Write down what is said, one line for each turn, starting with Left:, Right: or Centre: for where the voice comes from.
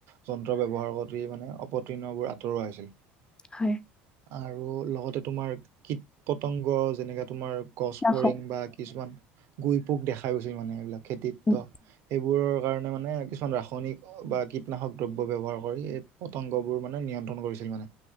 Right: যন্ত্ৰ ব্যৱহাৰ কৰি মানে অপতীৰ্ণবোৰ আঁতৰোৱা হৈছিল।
Left: হয়।
Right: আৰু লগতে তোমাৰ কীট পতংগ যেনেকাে তোমাৰ- গছ
Left: ৰাখক
Right: ফৰিং বা কিছুমান গুই পোক দেখা গৈছিল মানে এইবিলাক। খেতিত্ব,
Left: উম
Right: সেইবোৰৰ কাৰণে মানে কিছুমান ৰাস- য়নিক বা কীটনাশক দ্ৰব্য ব্যৱহাৰ কৰি এই পতংগবোৰ মানে নিয়ন্ত্ৰণ কৰিছিল মানে।